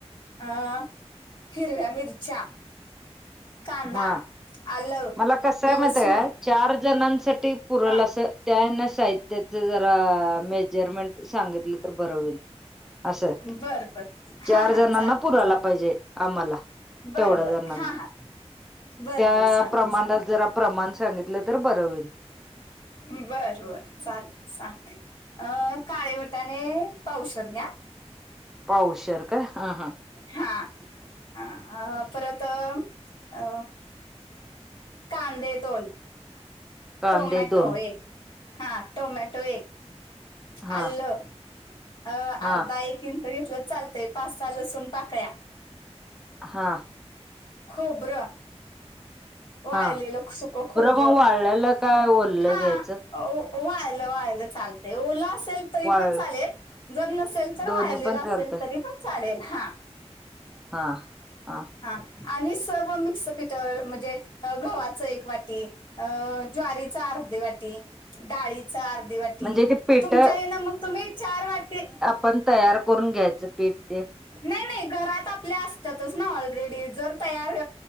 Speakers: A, on the left; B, in the centre.
A: अ हिरव्या मिरच्या. कांदा,
B: हा
A: आल,
B: मला कसं आहे
A: लसूण
B: माहिती आहे का चार जणांसाठी पुरल
A: हा
B: असं, त्या हेन साहित्याच जरा मेजरमेंट सांगितलं तर बरं होईल. असं
A: बर बर
B: चार
A: हा हा
B: जणांना
A: चालेल
B: पुरायला
A: चालेल
B: पाहिजे आम्हाला.
A: बर
B: तेवढ्या
A: बर
B: जणांना
A: हा हा. बर
B: त्या
A: बर सांगते
B: प्रमाणात
A: सांगते
B: जरा प्रमाण सांगितलं तर बरं होईल.
A: बर बर चालेल सांगते. अ काळे वटाणे पावशर घ्या.
B: पावशेर काय? हा. हां..
A: हा हं परत अ कांदे दोन.
B: कांदे
A: टोमॅटो
B: दोन
A: एक. हा. टोमॅटो एक
B: हा
A: आलं. अ
B: हा
A: अर्धा एक इंच घेतलंच चालतंय पाच सहा लसूण पाकळ्या.
B: हा.
A: खोबरं वाळलेलं
B: हा
A: सुक खोबरं
B: मग वाळलेलं काय ओललं
A: हा.
B: घ्यायचं
A: ओ वाळलं वाळलं चालतंय ओला असेल तरी
B: वाळ
A: पण चालेल जर नसेल तर
B: दोन्ही
A: वाळलेला
B: पण
A: असेल
B: चालतंय
A: तरी पण चालेल हा.
B: हा हा.
A: हा आणि सर्व मिक्स पीठ म्हणजे गव्हाचं एक वाटी अ ज्वारीचा अर्धी वाटी डाळी च अर्धी वाटी
B: म्हणजे ते पीठ
A: तुमच्या हे ना मग तुम्ही चार वाटी
B: पण तयार करून घ्यायचं पीठ ते.
A: नाही नाही घरात आपल्या असत्यातच ना ऑलरेडी जर तयार